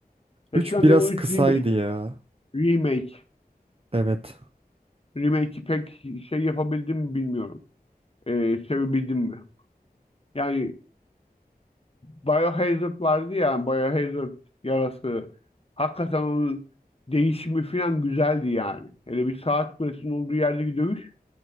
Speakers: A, on the left (about 35°); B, on the right (about 35°).
A: Resident
B: 3 biraz
A: Evil 3
B: kısaydı
A: Remake,
B: ya.
A: Remake,
B: Evet.
A: Remake'i pek şey yapabildim mi bilmiyorum. Ee, sevebildim mi? Yani Biohazard vardı ya, Biohazard yarası. Hakikaten onun değişimi falan güzeldi yani. Hele bir saat kulesinin olduğu yerdeki dövüş